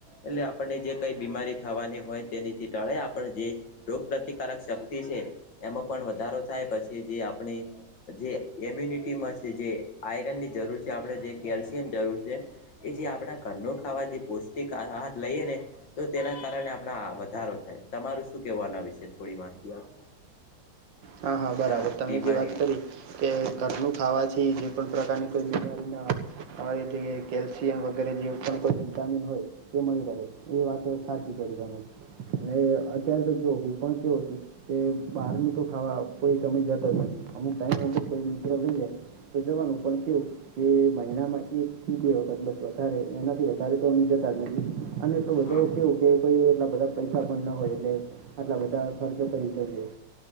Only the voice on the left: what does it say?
એટલે આપણને જે કઈ બીમારી થવાની હોય. તેનીથી ટળે આપણે જે રોગ પ્ર્રતિકારક શક્તિ છે. એમાં પણ વધારો થાય પછી જે આપણી જે મ્યુનિટીમાં છે જે આયરનની જરૂર છે આપણે જે કેલ્શિયમની જરૂર છે. એ જે આપડા ઘરનું ખાવા જે પૌષ્ટિકહ લઈએ ને તો તેના કારણે આપડા આવત વધારો થાય, તમારું શું કેવું આના વિશે, થોડી માહિતી આપો?
તા
બીમારી
વિશે
હા